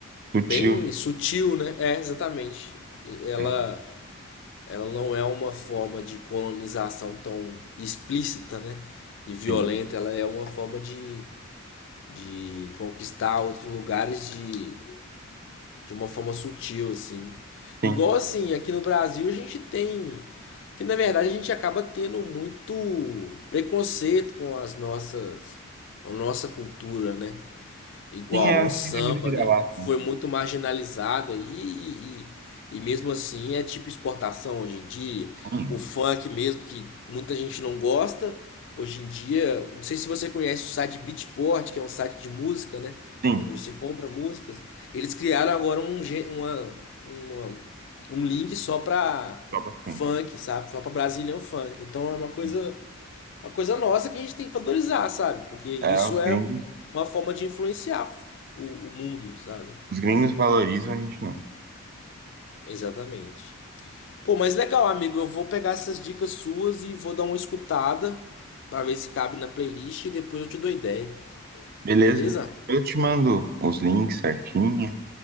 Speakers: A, on the right (about 40°); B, on the left (about 55°).
A: sutil,
B: bem sutil, né? É, exatamente. E ela,
A: né?
B: ela não é uma forma de colonização tão explícita, né? E violenta,
A: Sim,
B: ela é uma forma de, de conquistar outros lugares de, de uma forma sutil, assim. Igual
A: sim.
B: assim, aqui no Brasil a gente tem. Que na verdade a gente acaba tendo muito preconceito com as nossas. A nossa cultura, né? Igual
A: Sim, é a
B: o
A: síndrome
B: samba,
A: do vira-lata.
B: né? Foi
A: né?
B: muito marginalizado e, e, e mesmo assim é tipo exportação hoje em dia.
A: Sim,
B: O funk mesmo, que muita gente não gosta, hoje em dia, não sei se você conhece o site Beatport, que é um site de música, né?
A: sim,
B: Onde você compra músicas. Eles criaram agora um, gê- uma, uma, um link só pra
A: sopa funk.
B: funk, sabe? Só pra Brazilian funk. Então é uma coisa
A: Sim.
B: uma coisa nossa que a gente tem que valorizar, sabe? Porque isso
A: É, os
B: é
A: gringos,
B: uma forma de influenciar o, o mundo, sabe?
A: os gringos valorizam, a gente não.
B: Exatamente. Pô, mas legal, amigo. Eu vou pegar essas dicas suas e vou dar uma escutada pra ver se cabe na playlist e depois eu te dou ideia,
A: Beleza?
B: beleza?
A: Eu te mando os links certinho